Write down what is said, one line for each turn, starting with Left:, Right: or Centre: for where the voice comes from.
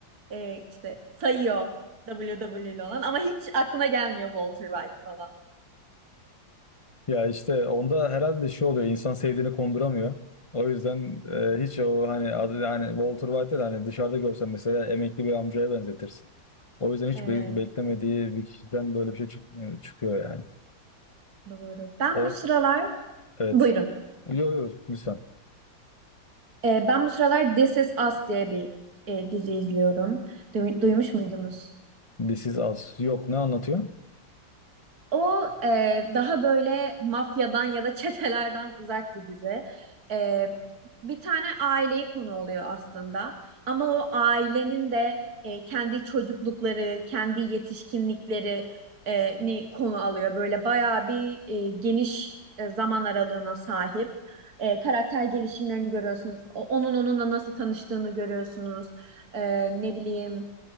Right: E, işte sayıyor WW ile olan ama hiç aklına gelmiyor Walter White falan.
Left: Ya işte onda herhalde şey oluyor insan sevdiğini konduramıyor. O yüzden e, hiç o hani adı hani Walter White'ı da hani dışarıda görsen mesela emekli bir amcaya benzetirsin. O yüzden hiç
Right: Evet
Left: be- beklemediği bir kişiden böyle bir şey çık- e, çıkıyor yani.
Right: doğru. Ben
Left: O
Right: bu sıralar
Left: evet.
Right: buyurun.
Left: Yok yok lütfen.
Right: E, ben bu sıralar This Is Us diye bir e, dizi izliyorum. Duy- duymuş muydunuz?
Left: This is Us. Yok ne anlatıyor?
Right: O e, daha böyle mafyadan ya da çetelerden uzak bir dizi. E, bir tane aileyi konu oluyor aslında. Ama o ailenin de e, kendi çocuklukları, kendi yetişkinlikleri e, ni konu alıyor. Böyle bayağı bir e, geniş e, zaman aralığına sahip. E, karakter gelişimlerini görüyorsunuz. O- onun onunla nasıl tanıştığını görüyorsunuz. E, ne bileyim.